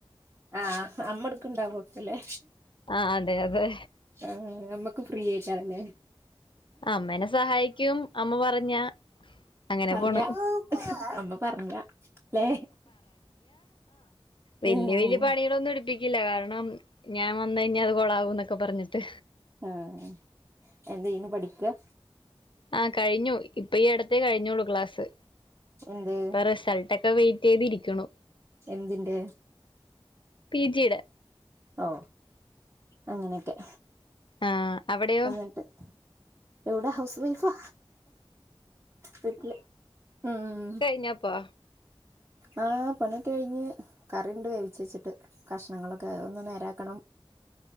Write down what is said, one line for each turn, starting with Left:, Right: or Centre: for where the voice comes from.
Right: ആഹ് അമ്മടക്ക്ണ്ടാവൊക്കെല്ലെ
Left: ആഹ് അതെ അതെ
Right: ആഹ് നമ്മുക്ക് ഫ്രീ ആയിക്കാരല്ലെ
Left: അമ്മേനെ സഹായിക്കും അമ്മ പറഞ്ഞ അങ്ങനെ
Right: പറഞ്ഞ
Left: പോണ്
Right: അമ്മ പറഞ്ഞാ ല്ലേ
Left: വെല്ല്യ
Right: ഉം
Left: വെല്ല്യ പണികളൊന്നും എടിപ്പിക്കില്ല കാരണം ഞാൻ വന്ന് കഴിഞ്ഞാ അത് കൊളാവുന്നൊക്കെ പറഞ്ഞിട്ട്
Right: ആഹ് എന്ത് ചെയ്യുന്നു പഠിക്കാ
Left: ആഹ് കഴിഞ്ഞു ഇപ്പ ഈ ഇടത്തേ കഴിഞ്ഞോളൂക്ലാസ്
Right: എന്ത്
Left: ഇപ്പൊ റിസൾട്ട ഒക്കെ വെയിറ്റ് ചെയ്തിരിക്കണു
Right: എന്തിന്റെ
Left: പി ജിയുടെ
Right: ഓ അങ്ങനേകെ
Left: ആ അവിടെയോ
Right: ഉട്ട <inaudible> എവിടെ ഹൗസ് വൈഫാ വീട്ടില് ഉം
Left: ഞ്ഞപ്പാ
Right: ആഹ് പണി ഒക്കെ കഴിഞ്ഞ് കറി ഇണ്ട് വേവിച്ച് വെച്ചിട്ട് കഷ്ണങ്ങളൊക്കെ ഒന്ന് നേരാക്കണം